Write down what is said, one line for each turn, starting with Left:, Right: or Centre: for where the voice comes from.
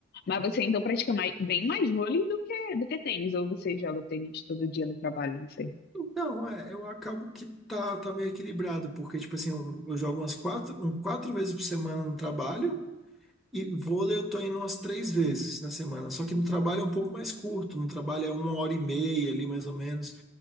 Left: Mas você então pratica mais, bem mais vôlei do que, do que tênis, ou você joga tênis todo dia no trabalho, não sei.
Centre: Não, é, eu acabo que tá, tá meio equilibrado, porque, tipo assim, eu, eu jogo umas quatro, um, quatro vezes por semana no trabalho. E vôlei eu tô indo umas três vezes na semana. Só que no trabalho é um pouco mais curto, no trabalho é uma hora e meia ali, mais ou menos.